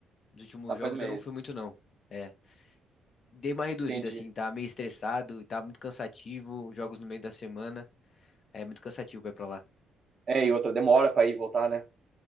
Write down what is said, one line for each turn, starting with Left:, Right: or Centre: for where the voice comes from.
Left: Nos últimos
Right: Ah, faz
Left: jogos
Right: um mês.
Left: eu não fui muito, não. É. Dei uma reduzida,
Right: Entendi.
Left: assim, tá meio estressado, tá muito cansativo. Jogos no meio da semana. É muito cansativo pra ir pra lá.
Right: É, e outra, demora pra ir e voltar, né?